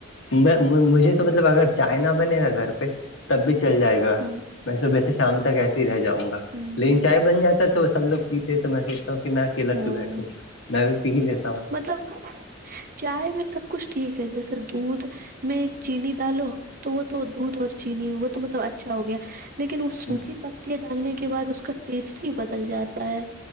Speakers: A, on the left; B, on the right.
A: میں مجھے تو مطلب اگر چائنا بنے گا گھر پہ تب بھی چل جائے گا
B: ہوں
A: میں صبح سے شام تک ایسے ہی رہ جاؤں گا
B: ہوں
A: لیکن چائے بن جاتا ہے تو سب لوگ پیتے ہیں تو میں سوچتا ہوں کہ میں اکیلا
B: ہوں
A: پ کی بیٹھوں میں بھی پی ہی لیتا ہوں
B: مطلب چائے میں سب کچھ ٹھیک ہے جیسے دودھ میں چینی ڈالو تو وہ تو دودھ اور چینی وہ تو مطلب اچھا ہو گیا لیکن وہ سوکھی
A: ہ
B: پ پ ڈالنے کے بعد اس کا ٹیسٹ ہی بدل جاتا ہے